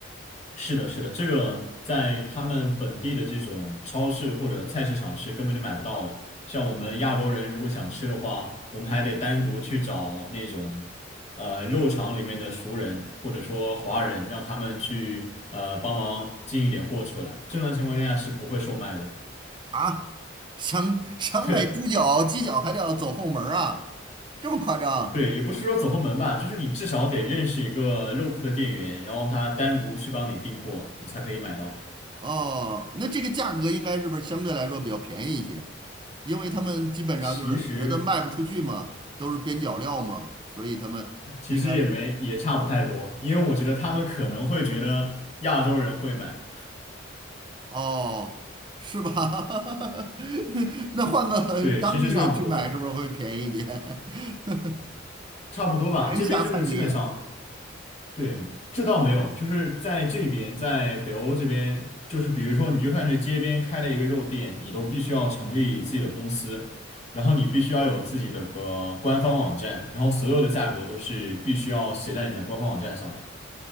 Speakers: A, on the left; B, on the right.
A: 是的，是的，这个在他们本地的这种超市或者菜市场是根本就买不到的。像我们亚洲人如果想吃的话，我们还得单独去找那种呃肉场里面的熟人或者说华人，让他们去呃帮忙进一点货出来。正常情况下是不会售卖的。
B: 啊，想想买猪脚、
A: <laughs> 对
B: 鸡脚还得要走后门儿啊，这么夸张？
A: 对，也不是说走后门吧，就是你至少得认识一个肉铺的店员，然后他单独去帮你订货，你才可以买到。
B: 哦，那这个价格应该是不是相对来说比较便宜一些？因为他们基本上就是觉得卖不出去嘛，
A: 其实
B: 都是边角料嘛，所以他们应该是。
A: 其实也没也差不太多，因为我觉得他们可能会觉得亚洲人会买，
B: 哦，是吧？<laughs> 那换个当地人去买，
A: <laughs> 对，其实差不多，
B: 是不是会便宜一点？<laughs>
A: 差不多吧。
B: 人下菜碟
A: 这边就是基本上，对，这倒没有，就是在这边，在北欧这边，就是比如说你就算是街边开了一个肉店，你都必须要成立自己的公司，然后你必须要有自己的个官方网站，然后所有的价格都是必须要写在你的官方网站上的。